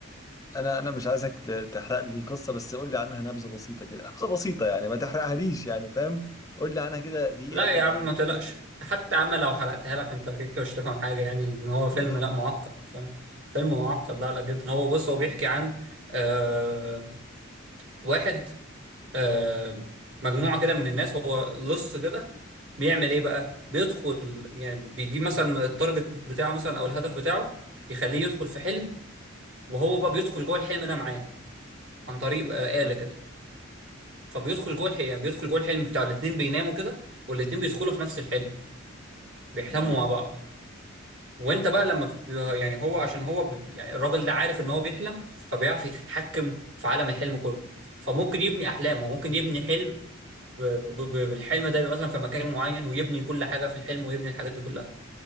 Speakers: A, on the left; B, on the right.
A: انا انا مش عايزك ت- تحرق لي القصه بس قول لي عنها نبذه بسيطه كده نبذه بسيطه يعني ما تحرقهاليش يعني فاهم قول لي عنها كده دقيقه
B: لا
A: كده
B: يا عم
A: يعني
B: ما
A: ايه
B: تقلقش
A: في السريع
B: حتى يا عم لو حرقتها لك انت كده مش هتفهم حاجه يعني لان هو
A: برضه
B: فيلم لا معقد فاهم فيلم معقد لا لا جدا هو بص هو بيحكي عن آه واحد آه مجموعه كده من الناس هو لص كده بيعمل ايه بقى بيدخل يعني بيجيب مثلا التارجت بتاعه مثلا او الهدف بتاعه يخليه يدخل في حلم وهو بقى بيدخل جوه الحلم ده معاه عن طريق آه
A: حلو
B: آلة كده فبيدخل جوه الحلم يعني بيدخل جوه الحلم بتاع الاتنين بيناموا كده والاتنين بيدخلوا في نفس الحلم بيحلموا
A: تمام
B: مع بعض وانت بقى لما بت... يعني هو عشان هو ب... يعني الراجل ده عارف ان هو بيحلم فبيعرف يتحكم في عالم الحلم كله فممكن يبني احلام هو ممكن يبني حلم ب... ب... ب... بالحلم ده يبقى مثلا في مكان معين ويبني كل حاجه في الحلم ويبني الحاجات دي كلها